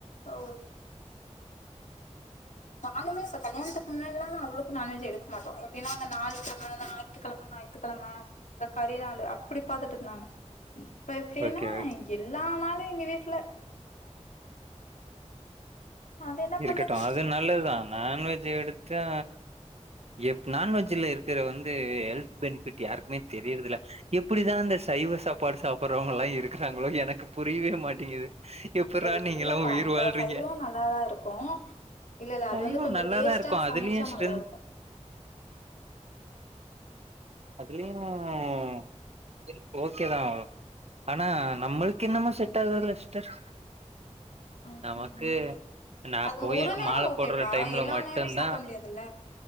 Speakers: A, on the left (about 90°); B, on the right (about 60°).
A: ஓ <inaudible> நானுமே இப்ப கல்யாணத்துக்கு முன்னால்லா அவ்ளோக்கு நான்வெஜ் எடுக்க மாட்டோ எப்பின்னா அந்த ஞாயித்துக்கெழம ஞாயித்துக் கெழம ஞாயித் த்துக்கெழம இந்த கரி நாளு அப்டி பாத்துட்டு இருந்தாங்க இப்ப எப்டின்னா
B: ஓகே
A: எல்லா நாளு எங்க வீட்ல அது என்ன
B: இருக்கட்டு
A: பண்ணுது
B: அது நல்லது தா நான்வெஜ் வெஜ் எடுத்தா எப் நான்வெஜ் ல இருக்குற வந்து ஹெல் பெனிஃபிட் யாருக்குமே தெரியுரதுல எப்டிதா அந்த சைவ சாப்பாடு சாப்புடடுறவங்கல்லா இருக்குறாங்களோ எனக்கு புரியவே மாட்டேங்குது எப்புட்ரா
A: இல்லப்பா
B: நீங்க எல்லா உயிர்
A: எனக்கு
B: வாழ்றீங்க
A: சைவோ நல்லாதா இருக்கு இல்ல இல்ல
B: சைவோ
A: அது வந்து கொஞ்சோ
B: நல்லாதா
A: டேஸ்ட்டா
B: இருக்கு அதுலயு
A: சமச்சா
B: ஸ்ட்ரென்த்
A: நல்லா இருக்கு
B: அதுலயு <inaudible> ஓகேதா ஆனா நம்மளுக்கு என்னமோ செட் ஆகாதுங்க சிஷ்டர்
A: ம்
B: நமக்கு
A: ம்
B: நா
A: அது
B: கோயிலுக்கு
A: ஒரு நேரோ
B: மால
A: ஓகேப்பா
B: போடுற டைம்ல
A: எல்லா
B: மட்டுந்தா
A: நேரோ சாப்ட முடியாதுல்ல